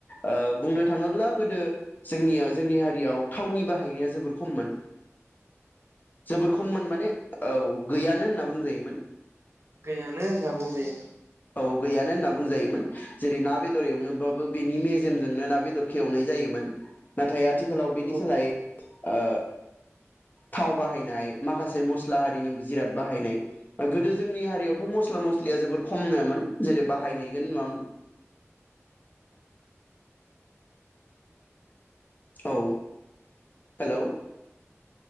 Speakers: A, on the left; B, on the right.
A: ओ बुंनो थाङोब्ला गोदो जोंनि जोंनि हारियाव थावनि बा हायनाया जोबर खमोन। जोबोर खममोन माने औ। गैयानो होनना बुंजायोमोन।
B: गैयानो होना बुंजायो।
A: औ गैयानो होनना बुंजायोमोन जेरै ना बेदर एवनोबाबो बिनि मेजेमजोंनो ना बेदर खेवनाय जायोमोन। ना नाथाय आथिखालाव बेनि
B: औ
A: सोलाय। ओ थाव बाहायनाय माखासे मस्ला हारिनि जिराद बाहायनाय गोदो जोंनि हारियावथ' मस्ला मस्लिया जोबोर खमनोमोन जेरै बाहायनायखौनो नुवामोन। औ हेलौ।